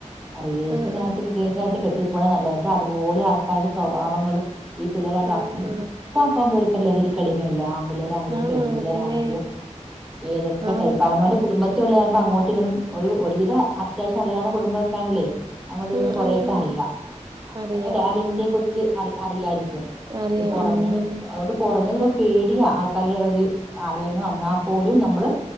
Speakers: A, in the centre; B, on the right.
A: അറിയേഷ്നായിട്ട്
B: ഉം ഉം
A: ട്ട് കെട്ടിപ്പോണ നല്ലത് അതുപോലെ ആൾക്കാരെ സ്വഭാവങ്ങള് ഈ പിള്ളേരെല്ലാം
B: ആന്ന് ആന്ന്
A: അ <unintelligible> ലഹരിക്കടിമെല്ലേ ആൺപിള്ളേർ. അവര്
B: ആന്ന്
A: പെൺപിള്ളേരാണെങ്കിലും
B: ആന്ന് പിന്നെ
A: ഏതൊക്കെ
B: ആന്ന്
A: ടൈപ്പ അവനാണ്ടേ കുടുംബത്തെ ഉള്ള ആവുമ്പോ അങ്ങോട്ടും ഇങ്ങോട്ടും ഒരു വിധ ഒരുവിധ അത്യാവശ്യാം അറിയാവുന്ന കുടുംബക്കാണങ്കിലേ അങ്ങോട്ടിടും
B: ഉം
A: കൊറേക്കെ
B: ഉം ഉം
A: അറിയാ.
B: അറിയാം
A: അല്ലെ ആ വ്യക്തിയെ
B: ഉം
A: കുറിച്ച് അറി അറിയായിരിക്കും
B: അറിയാം
A: ഇത് പുറമേന്ന്
B: ഉം
A: അതോണ്ട് പുറമേന്ന് പേടിയാ ആൾക്കാര്ടെ ഒരു ആലോചന വന്നാ പോലും നമ്മള്